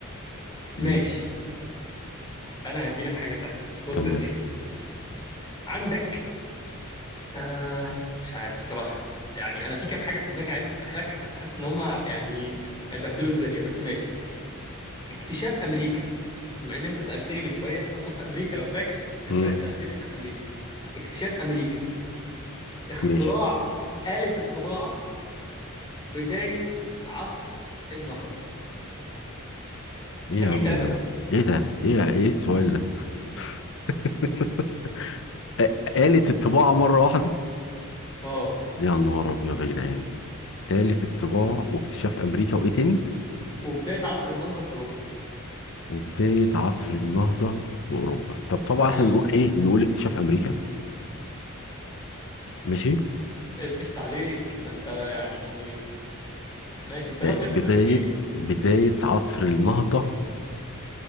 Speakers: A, on the left (about 60°); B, on the left (about 20°).
A: مم.
B: ماشي انا هدي لك حاجه سهله بص
A: تمام
B: يا سيدي عندك آه مش عارف بصراحه يعني انا في كام حاجه في دماغي عايز اسالها لك بس حاسس ان هم يعني هيبهدلوا الدنيا بس ماشي اكتشاف امريكا بما ان انت سالتني من شويه في اصلا في امريكا لو فاكر امبارح
A: مم.
B: سالتني انت في امريكا اكتشاف امريكا اختراع
A: ماشي
B: آلة الطباعه بدايه عصر النهضه
A: ايه
B: هديك
A: يا عم
B: ثلاثه
A: ده
B: بس
A: ايه ده ايه ايه السؤال ده <laughs> آ- آلة الطباعة مرة واحدة
B: اه
A: يا نهار أبيض يا جدعان آلة الطباعة واكتشاف أمريكا وإيه تاني
B: وبدايه عصر النهضه في
A: وبداية عصر النهضة في أوروبا طب طبعا إحنا
B: اوروبا
A: نقول إيه نقول اكتشاف أمريكا ماشي
B: قشط عليك ده انت يعني ماشي انت ناوي تخسر
A: وبداية
B: الجيم
A: بداية عصر النهضة